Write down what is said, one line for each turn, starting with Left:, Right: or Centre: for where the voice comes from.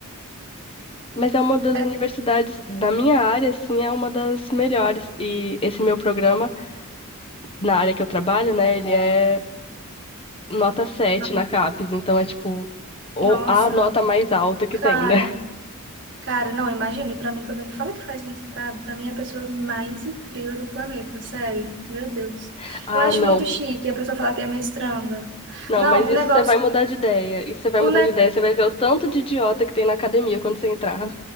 Left: Mas é uma das
Right: é,
Left: universidades da minha área, assim, é uma das melhores. E esse meu programa, na área que eu trabalho, né, ele é nota sete
Right: no-
Left: na CAPES, então é tipo o-
Right: nossa,
Left: a nota mais alta que
Right: cara,
Left: tem, né?
Right: cara, não, imagina, e pra mim quando a gente fala que faz mestrado, pra mim é a pessoa mais incrível do planeta, sério. Meu Deus.
Left: <laughs>
Right: Eu acho
Left: Ah, não.
Right: muito chique a pessoa falar que é mestranda.
Left: Não,
Right: Não,
Left: mas
Right: o
Left: isso
Right: negócio,
Left: você vai mudar de ideia. Isso você vai
Right: o
Left: mudar de ideia. Você vai ver o tanto de idiota que tem na academia quando você entrar.